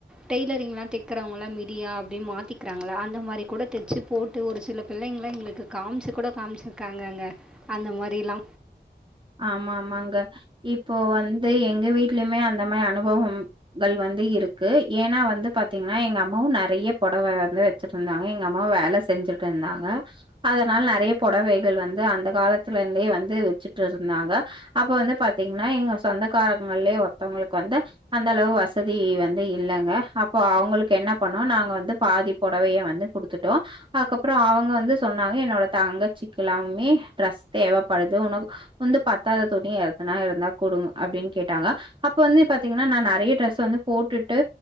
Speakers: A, in the centre; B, on the right.
A: டெய்லரிங்லா தெக்கிறவ்ங்களா மிடியா அப்டி மாத்திக்கிறாங்கள அந்த மாரிக்கூட தெச்சு போட் ட்டு ஒரு சில பிள்ளைங்களா எங்களுக்கு காம்ச்சு கூட காம்ச்சிருக்காங்கங்க அந்த மாரிலா
B: ஆமாம்மாங்க இப்போ வந்து எங்க வீட்லயுமே அந்த மாரி அனுபவம் ங்கள் வந்து இருக்கு ஏனா வந்து பாத்தீங்னா எங்க அம்மாவு நெறைய பொடவ வந்து வெச் வெச்சுட்ருந்தாங்க எங்க அம்மா வேல செஞ்சிட்ருந்தாங்க அதனால நெறைய பொடவைகள் வந்து அந்த காலத்துல இருந்தே வந்து வெச்சுட்ருந்தாங்க அப்ப வந்து பாத்தீங்னா எங்க சொந்தக்காரங்கள்லே ஒருத்தவ்ங்களுக்கு வந்து அந்த அளவு வசதி வந்து இல்லங்க அப்ப அவ்ங்களுக்கு என்ன பண்ணோ நாங்க வந்து பாதி பொடவைய வந்து குடுத்துட்டோ அதுக்கப்றோ அவுங்க வந்து சொன்னாங்க என்னோட தங்கச்சிக்கிலாமே ட்ரெஸ் தேவப்படுது உனக்கு வந்து பத்தாத துணி எதனா இருந்தா குடுங்க அப்டின் கேட்டாங்க அப்ப வந்து பாத்தீங்கனா நா நெறைய டிரெஸ் வந்து போட்டுட்டு